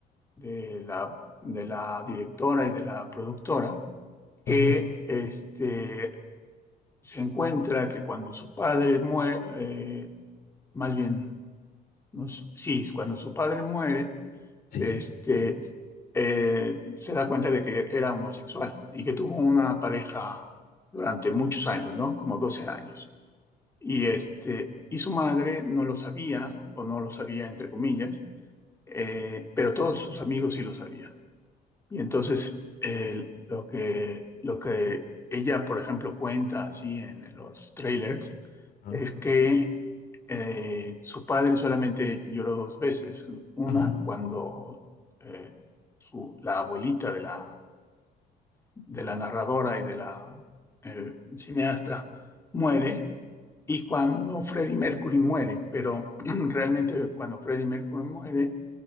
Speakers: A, on the left; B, on the left.
A: de la, de la directora y de la productora,
B: Ajá.
A: que este, se encuentra que cuando su padre muere, más bien nos- sí, cuando su padre muere,
B: Sí.
A: este, eh, se da cuenta de que era homosexual y que tuvo una pareja durante muchos años, ¿no? Como 12 años. Y, este, y su madre no lo sabía, o no lo sabía entre comillas, eh, pero todos sus amigos sí lo sabían. Y entonces, el- lo que, lo que ella, por ejemplo, cuenta así en los trailers,
B: Ajá.
A: es que eh, su padre solamente lloró dos veces. Una,
B: Ajá.
A: cuando eh, su- la abuelita de la, de la narradora y de la eh, cineasta muere, y cuando Freddie Mercury muere. Pero <clears throat> realmente cuando Freddie Mercury muere,